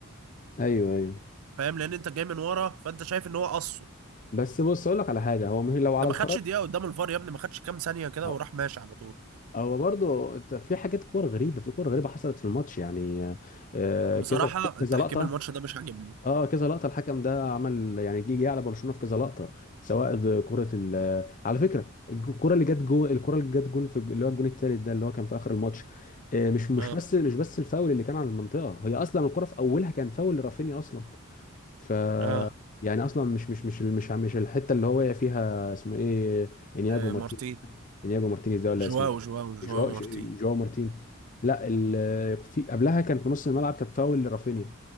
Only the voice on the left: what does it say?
ايوه ايوه
بس بص اقول لك على حاجه هو مهم لو على
القرار
هو
هو برضه في حاجات كور غريبه في كور غريبه حصلت في الماتش يعني آه، آه،
كذا كذا
لقطه
اه كذا لقطه الحكم ده عمل يعني جه جه على برشلونه في كذا لقطه سواء ده كره ال على فكره الكره اللي جت جون الكره اللي جت جون في اللي هو الجون الثالث ده اللي هو كان في اخر الماتش آه، مش مش
بس مش بس الفاول اللي كان على المنطقه هي اصلا الكره في اولها كان فاول لرافينيا اصلا ف
يعني اصلا مش مش مش مش مش الحته اللي هو واقع فيها اسمه ايه انياجو
مارتينيز
انياجو مارتينيز ده ولا
اسمه
إيه؟
جواو
جواو مارتين لا ال... في قبلها كان في نص الملعب كان فاول لرافينيا